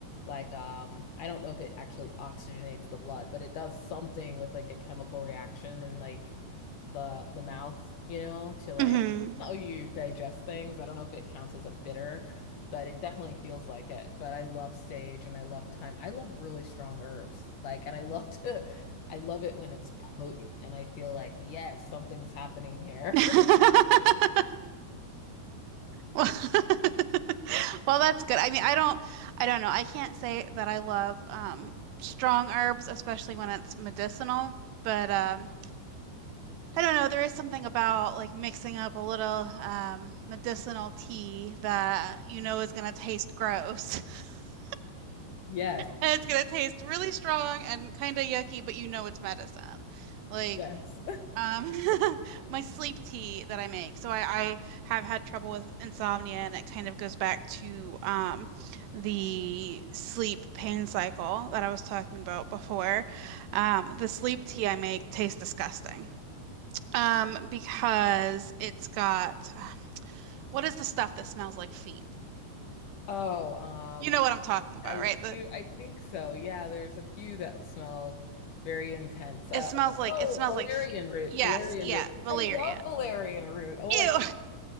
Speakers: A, on the left; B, on the right.
A: like um I don't know if it actually oxygenates the blood, but it does something with like a chemical reaction in like the the mouth, you know, to like
B: hmm
A: how you digest things. I don't know if it counts as a bitter, but it definitely feels like it. But I love sage and I love thyme. I love really strong herbs. Like and I love to <laughs> I love it when it's potent and I feel like yes, something's happening here.
B: <laughs>
A: <laughs>
B: Well, <laughs> well, that's good. I mean, I don't I don't know. I can't say that I love um strong herbs, especially when it's medicinal, but um I don't know. There is something about like mixing up a little um, medicinal tea that you know is going to taste gross. <laughs>
A: Yes,
B: And it's going to taste really strong and kind of yucky, but you know it's medicine. Like
A: yes.
B: um, <laughs> my sleep tea that I make. So I, I have had trouble with insomnia, and it kind of goes back to um, the sleep pain cycle that I was talking about before. Um, the sleep tea I make tastes disgusting. Um, because it's got what is the stuff that smells like feet?
A: Oh, um
B: You know what I'm talking about,
A: I
B: right?
A: do.
B: The
A: I think so. Yeah, there's a few that smell very intense. Uh,
B: it smells
A: oh,
B: like
A: oh,
B: it smells
A: valerian
B: like feet.
A: root,
B: Yes,
A: valerian
B: yeah,
A: root.
B: valerian.
A: I love valerian root. Oh
B: Ew.
A: my
B: <laughs>